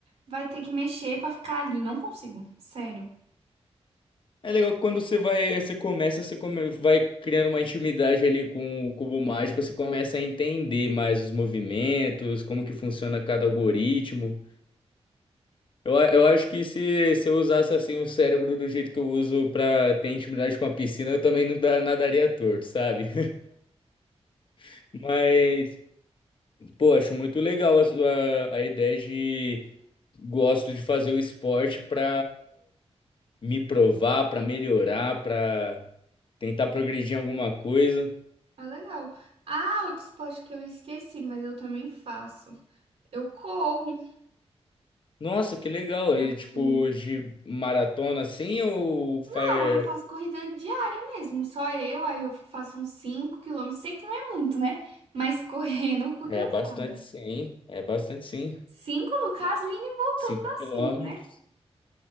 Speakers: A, on the right (about 70°); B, on the left (about 50°).
A: vai ter que mexer pra ficar ali, não consigo, sério.
B: É legal que quando você vai, você começa, você come- vai criando uma intimidade ali com o cubo mágico, você começa a entender mais os movimentos, como que funciona cada algoritmo. Eu, a- eu acho que se, se eu usasse assim o cérebro do jeito que eu uso pra ter intimidade com a piscina, eu também não da- nadaria torto, sabe? <laughs> Mas, pô, acho muito legal a, sua- a ideia de gosto de fazer o esporte pra me provar, pra melhorar, pra tentar progredir em alguma coisa.
A: Ah, legal. Ah, outro esporte que eu esqueci, mas eu também faço. Eu corro
B: Nossa, que legal!
A: aqui.
B: E, tipo, de maratona assim ou faz...
A: Não, eu faço corrida diária mesmo, só eu, aí eu faço uns 5 quilômetros, sei que não é muito, né? Mas correndo eu fico
B: É
A: cansada.
B: bastante sim, é bastante sim.
A: 5 no caso, indo e voltando
B: cinco
A: dá 5,
B: quilômetros
A: né?